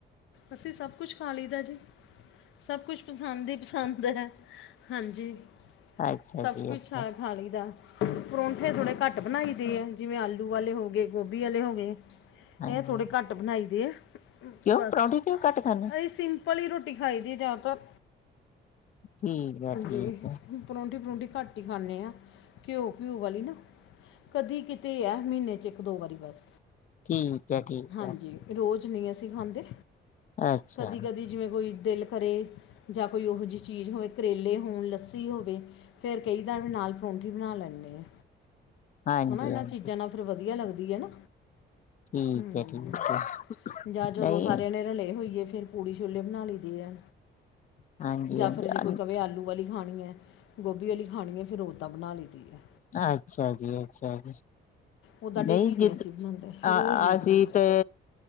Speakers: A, on the left; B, on the left.
A: ਅਸੀਂ ਸਭ ਕੁਛ ਖਾ ਲਈਦਾ ਜੀ। ਸਭ ਕੁਛ ਪਸੰਦ ਹੀ ਪਸੰਦ ਹੈ। ਹਾਂਜੀ,
B: ਅੱਛਾ
A: ਸਭ
B: ਜੀ
A: ਕੁਛ
B: ਅੱਛਾ
A: ਆ ਖਾ ਲਈ ਦਾ। ਪਰੌਂਠੇ ਥੋੜੇ ਘੱਟ ਬਣਾਈ ਦੇ ਐ, ਜਿਵੇਂ ਆਲੂ ਵਾਲੇ ਹੋ ਗੇ ਗੋਭੀ ਅਲੇ ਹੋ ਗੇ।
B: ਹਾਂਜੀ
A: ਐਹ ਥੋੜੇ ਘੱਟ ਬਣਾਈ ਦੇ ਐ
B: ਕਿਉਂ
A: ਬਸ।
B: ਪਰੌਂਠੇ ਕਿਉਂ ਘੱਟ ਖਾਂਦੇ
A: ਉਹੀ ਸਿੰਪਲ ਹੀ ਰੋਟੀ ਖਾਈ ਦੀ ਏ ਜਿਆਦਾਤਰ।
B: ਠੀਕ ਆ ਠੀਕ।
A: ਗੇ,
B: ਹੈ
A: ਪਰੌਂਠੀ-ਪਰੁੰਠੀ ਘੱਟ ਹੀ ਖਾਂਦੇ ਆਂ, ਘਿਓ-ਘਿਊ ਵਾਲੀ ਨਾ। ਕਦੀ ਕਿਤੇ ਐ। ਮੀਨੇ 'ਚ ਇੱਕ-ਦੋ ਵਾਰੀ ਬਸ।
B: ਠੀਕ ਹੈ ਠੀਕ
A: ਹਾਂਜੀ
B: ਹੈ।
A: ਰੋਜ਼ ਨਹੀਂ ਅਸੀਂ ਖਾਂਦੇ,
B: ਅੱਛਾ
A: ਕਦੀ ਕਦੀ ਜਿਵੇਂ ਕੋਈ ਦਿਲ ਕਰੇ। ਜਾਂ ਕੋਈ ਔਹੋ ਜੀ ਚੀਜ਼ ਹੋਏ, ਕਰੇਲੇ ਹੋਣ, ਲੱਸੀ ਹੋਵੇ। ਫੇਰ ਕਈ ਦੈ ਓਦੇ ਨਾਲ ਪਰੌਂਠੀ ਬਣਾ ਲੈਂਨੇ ਆਂ।
B: ਹਾਂਜੀ
A: ਹਨਾ ਏਨਾਂ
B: ਹਾਂਜੀ
A: ਚੀਜ਼ਾਂ ਨਾਲ ਫਿਰ ਵਧੀਆ ਲੱਗਦੀ ਐ ਨਾ?
B: ਠੀਕ
A: ਹੂੰ,
B: ਹੈ ਠੀਕ ਹੈ
A: ਜਾਂ ਜਦੋਂ
B: ਨਹੀਂ
A: ਸਾਰਿਆਂ ਨੇ ਰਲੇ ਹੋਈਏ ਫੇਰ ਪੁੜੀ ਛੋਲੇ ਬਣਾ ਲਈ ਦੇ ਐ,
B: ਹਾਂਜੀ
A: ਜਾ
B: ਹਾਂਜੀ
A: ਫਿਰ ਜੇ ਕੋਈ ਕਵੇ ਆਲੂ ਵਾਲੀ ਖਾਣੀ ਐ, ਗੋਭੀ ਵਾਲੀ ਖਾਣੀ ਐਂ, ਫਿਰ ਓਦਾਂ ਬਣਾ ਲਈ ਦੀ ਐ।
B: ਅੱਛਾ ਜੀ, ਅਛ <unintelligible>
A: ਉੱਦਾਂ ਡੇਲੀ
B: ਨਹੀਂ ਜਿੱਦ
A: ਅਸੀਂ ਬਣਾਉਂਦੇ
B: ਆ
A: ਰੋਜ਼ ਨਹੀਂ
B: ਆਸੀਂ
A: ਬਣਾਉਂਦੇ
B: ਤੇ